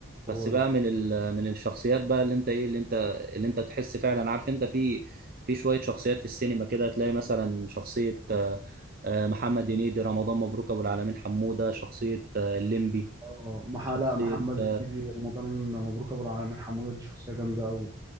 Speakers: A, on the right (about 45°); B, on the right (about 15°).
A: بس
B: هو
A: بقى
B: ده
A: من ال... من الشخصيات بقى اللي انت ايه اللي انت اللي انت تحس فعلا عارف انت في في شويه شخصيات في السينما كده تلاقي مثلا شخصيه آه، آه، محمد هنيدي رمضان مبروك ابو العالمين حموده شخصيه آه، الليمبي
B: اه مح...
A: شخصيه
B: لا محمد
A: اه
B: هنيدي رمضان مبروك ابو العالمين حموده دي شخصيه جامده قوي